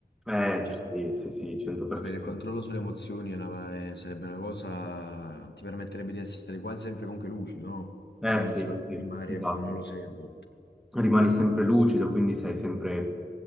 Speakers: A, in the centre; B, on the left.
A: eh
B: Cioè,
A: sì, sì, sì, 100%.
B: Avere il controllo sulle emozioni è una- eh, sarebbe una cosa, ti permetterebbe di essere quasi sempre comunque lucido, no?
A: Eh
B: In
A: sì,
B: situazioni
A: sì,
B: magari,
A: esatto.
B: ecco, non lo sei a volte.
A: rimani sempre lucido, quindi sei sempre